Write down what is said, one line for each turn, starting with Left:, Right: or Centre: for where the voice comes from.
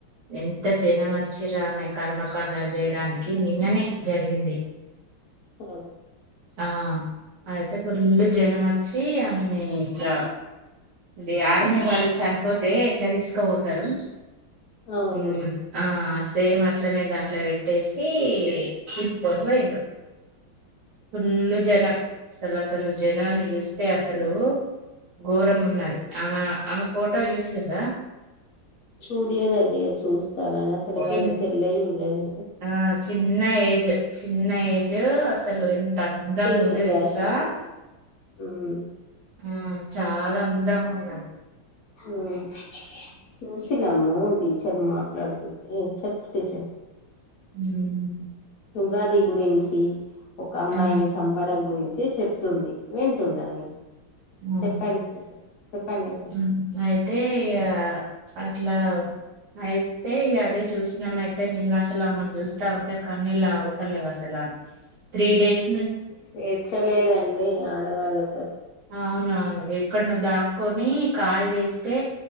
Right: ఎంత జనమచ్చిర్రామె కర్మకాండల్ జెయ్డానికి నిన్ననే జరిగింది.
Left: <unintelligible>
Right: ఆ ఐతే ఫుల్లు జనమచ్చి ఆమెనీ ఇట్లా ది ఆర్మీ వాళ్ళు చన్పోతే ఎట్ల దీస్కపోతారు.
Left: అవును
Right: ఉమ్ ఆ సేమట్లనే దాంట్లొ బెట్టేసీ తీస్కొన్ బొయ్ండ్రు.
Left: ఉమ్
Right: ఫుల్ల్ జనం అసలసలు జనాన్ని జూస్తే అసలూ ఘోరమున్నది
Left: ఉమ్
Right: ఆమె ఆమె ఫోటో జూసిర్ర
Left: చూడ్లేదండి ఇగ చూస్ <unintelligible> అసలివాల
Right: చిన్
Left: సెల్లే జూల్లేదండి.
Right: ఆ చిన్న ఏజ్ చిన్న ఏజూ అసలు ఎంత అందంగుంది
Left: టీచర్
Right: తెల్సా.
Left: రాయశూర్ టీచర్ ఉమ్
Right: ఊమ్ చాలా అందంగుందండి.
Left: ఉమ్ చూసిన్నమ్ము. టీచర్ మాట్లాడ్తుంది చెప్ప్ టీచర్.
Right: ఊమ్.
Left: ఉగాది గురించి ఒక అమ్మాయ్ని
Right: ఆ
Left: చంపడం గురి చి చెప్తుంది వింటున్న నేను.
Right: ఉమ్
Left: చెప్పండి టీచర్ చెప్పండి ఇంకా
Right: మ్ ఐతే ఇగ అట్లా ఐత్తే ఇగ అదే చూసినమైతే నిన్నసలామెన్ జూస్తా ఉంటె కన్నీళ్లాగుతలేవసల అ త్రీడేస్
Left: స్వేచ్ఛలేదండి ఆడవాళ్ళక్
Right: ఔనవ్ను. ఎక్కడ్నొ దాక్కొనీ కాల్ జేస్తే